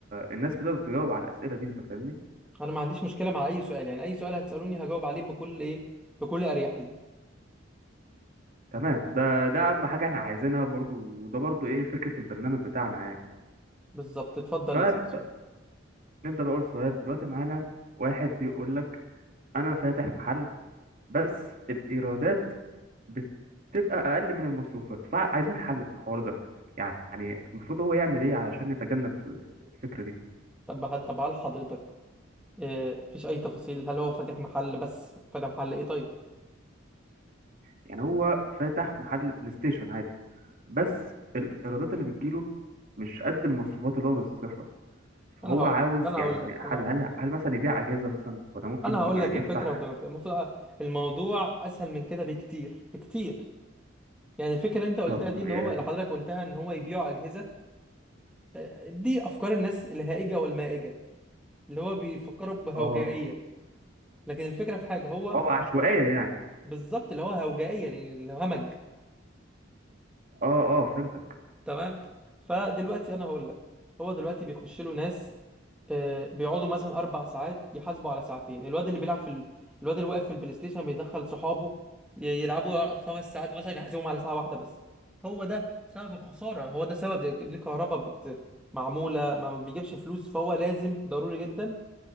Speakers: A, on the right; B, in the centre.
A: الناس بتقدر تجاوب على الاسئله دي انت فاهمني
B: انا ما عنديش مشكله مع اي سؤال يعني اي سؤال هتسالوني هجاوب عليه بكل ايه بكل اريحيه
A: تمام ده ده اهم حاجه احنا عايزينها برضو وده برضو ايه فكره البرنامج بتاعنا يعني
B: بالظبط اتفضل
A: فنبدا
B: اسال سؤال
A: نبدا باول سؤال دلوقتي معانا واحد بيقول لك انا فاتح محل بس الايرادات بتبقى اقل من المصروفات فعايزين الحل في الحوار ده يعني المفروض هو يعمل ايه علشان يتجنب ال- الفكره دي
B: طب هل طب هل حضرتك إيه مفيش اي تفاصيل هل هو فاتح محل بس فاتح محل ايه طيب
A: يعني هو فاتح محل بلاي ستيشن عادي بس الإيرادات اللي بتجيله مش قد المصروفات اللي هو بيصرفها فهو
B: انا هقول
A: عاوز
B: لك انا
A: يعني
B: هقول لك انا
A: هل
B: هقول
A: هل
B: لك
A: هل مثلا يبيع أجهزة مثلا ولا ممكن
B: انا هقول
A: يعني
B: لك الفكره
A: يفتح
B: بما في- المفروض آه، الموضوع اسهل من كده بكتير بكتير يعني الفكره اللي انت قلتها
A: طب
B: دي
A: اه
B: ان هو اللي حضرتك قلتها ان هو يبيعوا اجهزه آه، دي افكار الناس الهائجه والمائجه اللي هو بيفكروا بهوجائيه
A: اه
B: لكن الفكره في حاجه هو
A: آه، عشوائية يعني
B: بالظبط اللي هو هوجائيه يعني اللي هو همج
A: اه اه فهمتك
B: تمام فدلوقتي انا هقول لك هو دلوقتي بيخش له ناس آه، بيقعدوا مثلا اربع ساعات يحاسبوا على ساعتين الواد اللي بيلعب في ال... الواد اللي واقف في البلاي ستيشن بيدخل صحابه ي- يلعبوا خمس ساعات مثلا يحاسبهم على ساعه واحده بس هو ده سبب الخساره هو ده سبب دي دي كهرباء بت... معموله ما ما بيجيبش فلوس فهو لازم ضروري جدا